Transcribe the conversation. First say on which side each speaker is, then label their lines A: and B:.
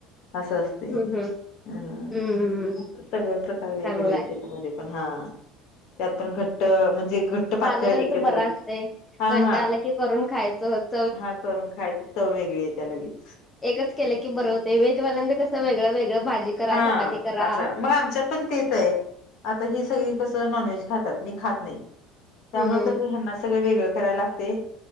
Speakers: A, on the left (about 60°); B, on the left (about 20°).
A: असं असते
B: हम्म हम्म
A: हम्
B: हम्म
A: सगळ प्रकार वेगवेगळे
B: चांगलाय
A: आहेत त्याच्यामध्ये पण हा त्यात पण घट्ट म्हणजे घट्ट पातळ
B: खाणाऱ्यांचं
A: एकत्रच
B: बरं असतंय.
A: हा
B: कंटाळा
A: हा
B: आला की करून खायचं होत
A: हा करून खायच तर वेगळी आहे त्या लगेच
B: एकच केलं की बरं होते वेजवाल्यांच कस वेगळं वेगळं भाजी करा,
A: हा
B: चपाती करा.
A: असं मग आमच्यात पण तेच आहे आता ही सगळी कसं नॉनव्हेज खातात मी खात नाही त्यामुळे
B: हम्म
A: कस हना सगळं वेगळं करायला लागते